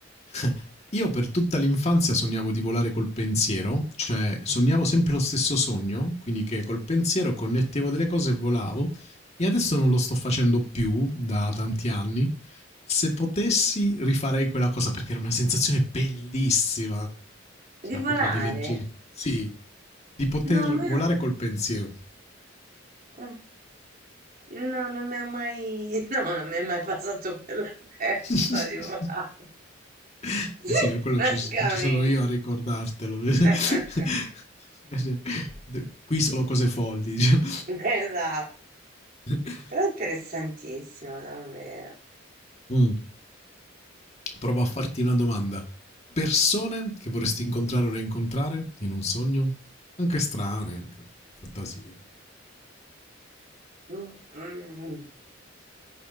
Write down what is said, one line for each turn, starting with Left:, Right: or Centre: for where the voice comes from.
Left: <laughs> Io per tutta l'infanzia sognavo di volare col pensiero, cioè sognavo sempre lo stesso sogno, quindi che col pensiero connettevo delle cose e volavo, e adesso non lo sto facendo più da tanti anni. Se potessi rifarei quella cosa perché era una sensazione bellissima, cioè
Right: di volare?
Left: proprio di leggere, sì, di poter
Right: No, a me-
Left: volare col pensiero.
Right: eh, no, non mi ha mai, <laughs> no, non mi è mai passato per la testa
Left: <laughs>
Right: di volare,
Left: <laughs>
Right: <laughs>
Left: Eh sì, per quello
Right: francamente.
Left: ci, ci sono io a ricordartelo. <laughs>
Right: <laughs>
Left: Cioè, d- Qui solo cose folli. diciamo.
Right: Esatto.
Left: <laughs>
Right: Però è interessantissimo, davvero.
Left: Mm, Provo a farti una domanda. Persone che vorresti incontrare o rincontrare in un sogno? Anche strane, anche di fantasia.
Right: Mm, mm, mm.